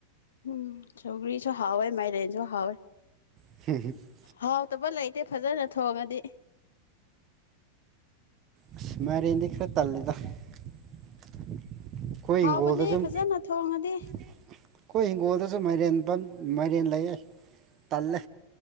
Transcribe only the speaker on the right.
<unintelligible>
ꯑꯁ ꯃꯥꯔꯦꯟꯗꯤ ꯈꯔ ꯇꯜꯂꯤꯗ꯫ ꯑꯩꯈꯣꯏ
ꯍꯤꯡꯒꯣꯜꯗꯁꯨꯨꯝ
ꯑꯩꯈꯣꯏ ꯍꯤꯡꯒꯣꯜꯗꯁꯨ ꯃꯥꯏꯔꯦꯟ ꯄꯟ ꯃꯥꯏꯔꯦꯟ ꯂꯩꯌꯦ ꯇꯜꯂꯦ